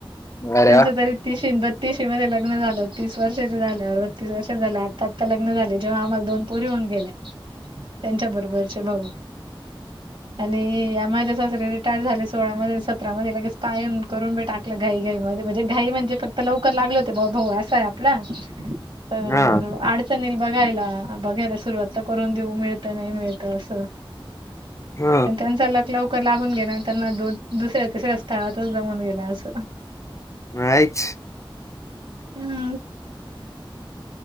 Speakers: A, on the left; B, on the right.
A: अरे
B: त्यांचं
A: वा
B: तरी तिश ब तिसी मध्ये लग्न झालं तीस वर्षाचे झाल्यावर बत्तीस वर्षा झाल्यावर आता आता लग्न झालंय जेव्हा आम्हाला दोन पोरी होऊन गेल्या त्यांच्या बरोबरचे भाऊ आणि या माझ्या सासरे रिटायर झाले सोळा मधेन सतरा मध्ये लगेच स् पाईन करून बी टाकलं. घाईाई मधे म्हणजे घाई म्हणजे फक्त लवकर लागले होते बा. भाऊ असाय आपला. तर
A: हा
B: आड चन येईल बघायला. बघायला सुरुवात त करून देऊ. मिळत नाही मिळत असं.
A: हा
B: पण त्यांचा लक क लागून गेलान. त्यांना दोन दुसऱ्या तिसऱ्या स्थळातच जमून गेला असं.
A: <unintelligible>
B: हम्म.